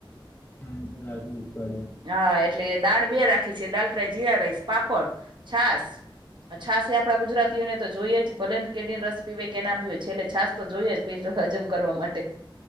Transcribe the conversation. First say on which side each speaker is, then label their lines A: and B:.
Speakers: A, on the left; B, on the right.
A: હા ઇ તો રાખવી જ પડે.
B: હા એ એટલે દાળ બે રાખી છે દાળ ફ્રાય જીરા રાઈસ પાપડ, છાસ, છાસ એ આપડા ગુજરાતીઓને તો જોઈએ જ ભલે કેડી રસ પીવે. કે ના પીએ છેલ્લે છાસ તો જોઈએ જ પેટ હજમ કરવા માટે.